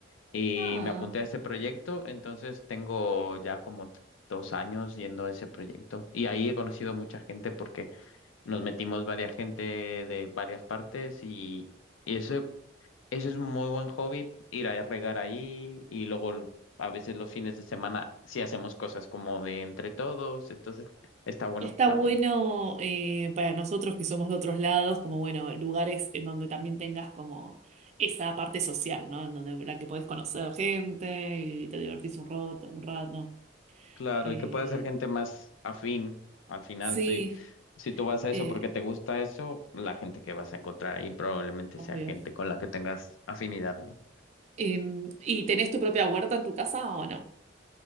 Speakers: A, on the left (about 85°); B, on the right (about 35°).
A: Y
B: Ah.
A: me apunté a ese proyecto, entonces tengo ya como t- dos años yendo a ese proyecto. Y ahí he conocido mucha gente porque nos metimos varias gente de varias partes y, y eso, eso es un muy buen hobby, ir a regar ahí y luego l- a veces los fines de semana sí hacemos cosas como de entre todos, entonces está bueno
B: Está
A: también.
B: bueno eh, para nosotros que somos de otros lados, como bueno, lugares en donde también tengas como esa parte social, ¿no? En donde la que podés conocer gente y te divertís un rato, un rato.
A: Claro,
B: Eh,
A: y que pueda ser gente más afín al final,
B: sí,
A: si, si tú vas a eso
B: eh,
A: porque te gusta eso, la gente que vas a encontrar ahí probablemente
B: obvio.
A: sea gente con la que tengas afinidad, ¿no?
B: Em, ¿y tenés tu propia huerta en tu casa o no?